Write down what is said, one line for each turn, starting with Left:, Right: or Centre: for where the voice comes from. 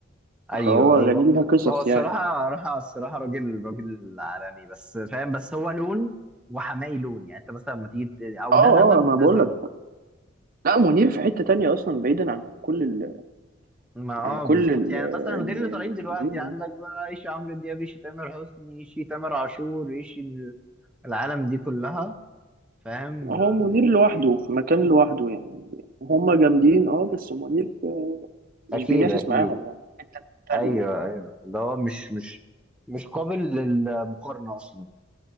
Centre: ايوه
Right: فهو
Centre: ايوه
Right: أغانيه
Centre: بج-
Right: ليها قصص
Centre: هو الصراحة
Right: يعني
Centre: راح الصراحة راجل راجل عالمي بس فاهم بس هو لون وحمائي لون يعني انت مثلا لما تيجي ت- او
Right: اه
Centre: ده زمن
Right: اه
Centre: وده
Right: ما بقول
Centre: زمن
Right: لك لا منير في حتة تانية أصلا بعيدا عن كل ال...
Centre: ما اه
Right: عن كل
Centre: بالظبط
Right: ال...
Centre: يعني مثلا غير
Right: ال-
Centre: اللي
Right: المطربين
Centre: طالعين دلوقتي عندك
Right: يعني
Centre: بقى ايش عمرو دياب ايش تامر حسني ايش تامر عاشور ايش ال- العالم دي كلها فاهم
Right: هو
Centre: آه،
Right: منير لوحده
Centre: موجودين
Right: في مكان لوحده يعني هما جامدين اه بس منير مش
Centre: اكيد
Right: بينافس
Centre: اكيد
Right: معاهم يعني في حتة تانية
Centre: ايوه
Right: يعني.
Centre: ايوه اللي هو مش مش مش قابل للمقارنه اصلا